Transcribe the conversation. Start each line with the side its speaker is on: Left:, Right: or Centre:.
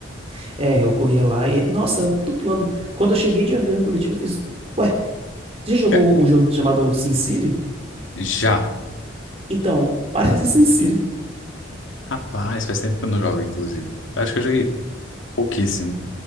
Right: <laughs> é, eu corria lá e, é- nossa, era tudo plano. Quando eu cheguei de avião em Curitiba, eu fiz, ué, você já jogou
Left: É,
Right: um jogo chamado SimCity?
Left: já.
Right: Então, <laughs> parece SimCity.
Left: Rapaz, faz tempo que eu não jogo, inclusive. Eu acho que eu joguei pouquíssimo.